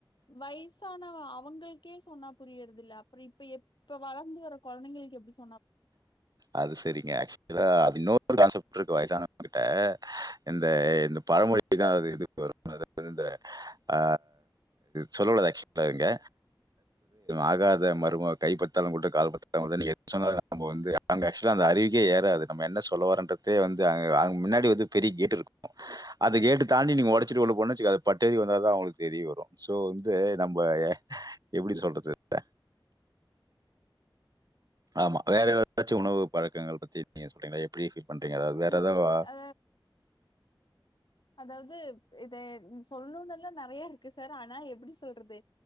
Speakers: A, on the left; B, on the right.
A: வயிசானா அவுங்களுக்கே சொன்னா புரியறதுல்ல அப்பறம் இப்ப எப்ப வளர்ந்து வர கொழந்தைங்களுக்கு எப்டி சொ
B: அது செரிங்க ஆக்சுவலா அது இன்னொரு கான்செப்ட் இருக்கு வயசான ட்ட இந்த இந்த பழமொழி தா அது <unintelligible> இந்த ஆ சொல்லக் கூடாது ஆக்சுவலா இங்க ஆகாத மருமக கைப்பட்டாலு குத்தம் கால் பட்டாலு குத்தம் நீங்க சொன்ன நம்ம வந்து அங்க ஆக்சுவலா அந்த அறிவுக்கே ஏறாது நம்ம என்ன சொல்லவரன்றதே வந்து அங்க அங்க முன்னாடி வந்து பெரி கேட் இருக்கும் அது கேட்டு தாண்டி நீங்க ஒடச்சிட்டு உள்ள போன வச்சுக்கோ அது பட்டேறி வந்தா தா அவுங்களுக்கு தெரிய வரும் சோ வந்து நம்ம எப்டி சொல்றது இத ஆமா வேற ஏதாச்சும் உணவு பழக்கங்கள் பத்தி நீங்க <unintelligible> எப்டி பீல் பண்றீங்க அதாவ வேற
A: ஒன்னு
B: எதாவா
A: அ அதாவது இத சொல்னுல்லா நறைய இருக்கு சார் ஆனா எப்டி சொல்றது